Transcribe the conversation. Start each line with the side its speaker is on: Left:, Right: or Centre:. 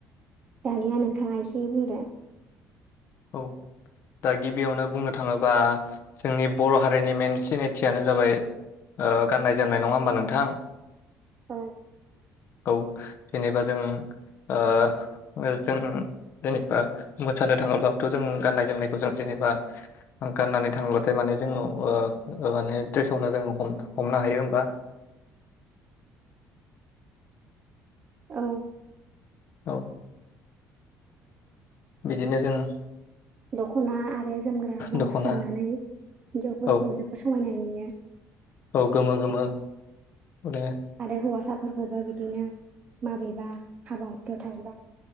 Right: दानिया नोंथाङा एसे बुंदो।
Left: औ दा गिबियावनो बुंनो थाङोबा जोंनि बर' हारिनि मेन सिनायथियानो जाबाय गाननाय जोमनाय नङा होमबा नोंथां?
Right: औ
Left: औ जेनेबा जों ओ जों जेनेबा मोसानो थाङोब्ला थ जों गाननाय जोमनायखौ जों जेनेबा गाननानै थांब्लाथाय माने जों माने बे समावनो जों हमनो हायो। बा
Right: औ
Left: औ बिदिनो जों
Right: दख'ना आरो जोमग्रा ब्लाउस
Left: दख'ना
Right: गाननानै हिन्जावफोरखौ
Left: औ
Right: जोबोद समायनाय नुयो।
Left: औ गोमो गोमो माने
Right: आरो हौवासाफोरखौबो बिदिनो माबेबा हाबा हुखायाव थाङोब्ला